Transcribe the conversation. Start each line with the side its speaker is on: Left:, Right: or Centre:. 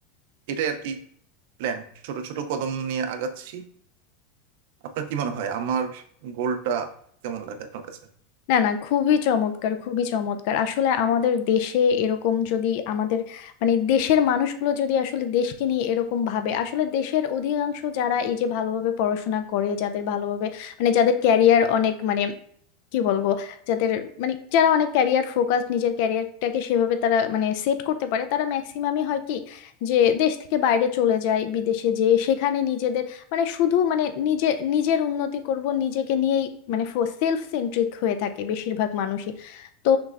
Right: এটাই আর কি প্ল্যান ছোট ছোট কদম নিয়ে আগাচ্ছি আপনার কি মনে হয় আমার গোলটা কেমন লাগে আপনার কাছে
Left: না না খুবই চমৎকার খুবই চমৎকার আসলে আমাদের দেশে এরকম যদি আমাদের মানে দেশের মানুষগুলো যদি আসলে দেশকে নিয়ে এরকম ভাবে আসলে দেশের অধিকাংশ যারা এই যে ভালোভাবে পড়াশোনা করে যাদের ভালোভাবে মানে যাদের ক্যারিয়ার অনেক মানে কি বলবো যাদের মানে যারা অনেক ক্যারিয়ার ফোকাস নিজের ক্যারিয়ারটাকে সেভাবে তারা মানে সেট করতে পারে তারা ম্যাক্সিমামই হয় কি যে দেশ থেকে বাইরে চলে যায় বিদেশে যেয়ে সেখানে নিজেদের মানে শুধু মানে নিজে নিজের উন্নতি করব নিজেকে নিয়েই মানে সেলফ সেন্ট্রিক হয়ে থাকে বেশিরভাগ মানুষই তো